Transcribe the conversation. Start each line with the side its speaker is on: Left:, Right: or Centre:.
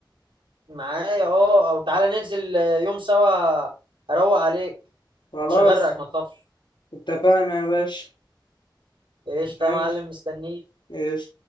Right: معايا اه او تعالى ننزل آه، يوم سوا اروق عليك
Left: خلاص
Right: مش هغرقك ما تخافش
Left: اتفقنا يا باشا
Right: ايش
Left: ماشي
Right: يا معلم مستنيك
Left: ايش